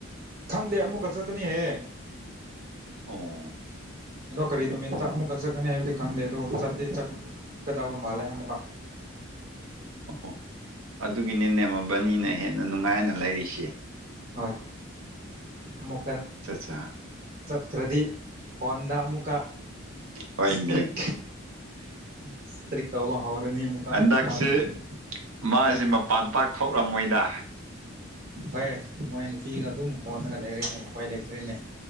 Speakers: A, on the right; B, on the right.
A: ꯈꯪꯗꯦ ꯑꯃꯨꯛꯀ ꯆꯠꯀꯅꯤꯍꯦ
B: ꯑꯣ
A: ꯑꯗꯣ ꯀꯔꯤ ꯅꯨꯃꯤꯠꯇ ꯑꯃꯨꯛꯀ ꯆꯠꯀꯅꯤ ꯍꯥꯏꯕꯗꯤ ꯈꯪꯗꯦ ꯑꯗꯣ ꯆꯠꯇꯦ ꯆꯠꯀꯗꯕ ꯃꯥꯜꯂꯦ ꯑꯃꯨꯛꯀ
B: ꯑꯣ ꯍꯣ ꯑꯗꯨꯒꯤꯅꯦꯅꯦꯃ ꯕꯅꯤꯅ ꯍꯦꯟꯅ ꯅꯨꯡꯉꯥꯏꯅ ꯂꯩꯔꯤꯁꯦ
A: ꯍꯣꯏ ꯑꯃꯨꯛ ꯐ
B: ꯑꯠꯆꯥ ꯑꯠꯆꯥ
A: ꯆꯈ꯭ꯔꯗꯤ ꯐꯣꯟꯣꯟꯗ ꯑꯃꯨꯀ
B: ꯍꯣꯏꯅꯦ
A: ꯏꯁꯇꯔꯤꯛ ꯏꯁꯇ꯭ꯔꯤꯛ ꯀꯧꯕ ꯍꯧꯥꯎꯔꯅꯤ ꯑꯃꯨꯀ
B: ꯍꯟꯗꯛꯁꯦ
A: ꯃꯥꯁꯨ
B: ꯃꯥꯁꯦ ꯃꯄꯥꯟ ꯄꯥꯛ ꯊꯣꯛꯂꯝꯃꯣꯏꯗ
A: ꯍꯣꯏ ꯃꯣꯏ ꯅꯨꯄꯤꯒ ꯑꯗꯨꯝ ꯀꯣꯟꯅꯒ ꯂꯩꯔꯤꯅꯦ ꯑꯩꯈꯣꯏ ꯂꯩꯇ꯭ꯔꯤꯅꯦ